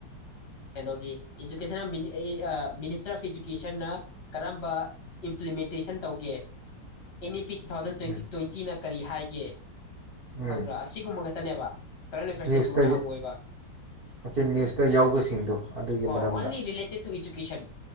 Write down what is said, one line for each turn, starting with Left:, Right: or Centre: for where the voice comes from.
Left: ꯀꯩꯅꯣꯒꯤ ꯏꯖꯀꯦꯁꯟ ꯃꯤꯅꯤꯁꯇꯔ ꯑꯣꯐ ꯏꯗꯨꯨꯀꯦꯁꯟꯅ ꯀꯔꯝꯕ ꯏꯝꯄ꯭ꯂꯤꯃꯦꯟꯇꯦꯁꯟ ꯇꯧꯒꯦ ꯑꯦꯅꯤ ꯄꯤꯤ ꯇꯨ ꯊꯥꯎꯖꯟ ꯇ꯭ꯋꯦꯟꯇꯤ
Right: ꯎꯝ
Left: ꯇ꯭ꯋꯦꯟꯇꯤꯅ ꯀꯔꯤ ꯍꯥꯏꯒꯦ
Right: ꯎꯝ
Left: ꯈꯪꯕ꯭ꯔꯥ ꯑꯁꯤꯒꯨꯝꯕꯒ ꯟꯕ ꯀꯔꯦꯟ ꯑꯦꯐꯦꯌꯔꯁꯁꯦ
Right: ꯅ꯭ꯌꯨꯁꯇ
Left: ꯂꯨꯅ ꯍꯪꯉꯣꯏꯕ
Right: ꯑꯣꯀꯦ ꯅ꯭ꯌꯨꯁꯇ ꯌꯥꯎꯕꯁꯤꯡꯗꯣ ꯑꯗꯨꯒꯤ
Left: ꯍꯣ
Right: ꯃꯔꯝꯗ
Left: only related to education